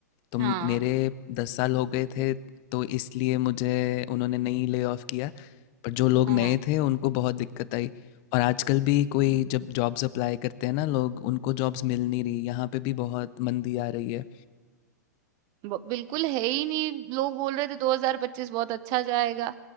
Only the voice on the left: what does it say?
तो
म- मेरे दस साल हो गए थे तो इसलिए मुझे उन्होंने नहीं ले ऑफ किया पर जो लोग
नए थे उनको बहुत दिक्कत आई और आजकल भी कोई जब जॉब्स अप्लाई करते हैं ना लोग उनको जॉब्स मिल नहीं रही यहाँ पे भी बहुत मंदी आ रही है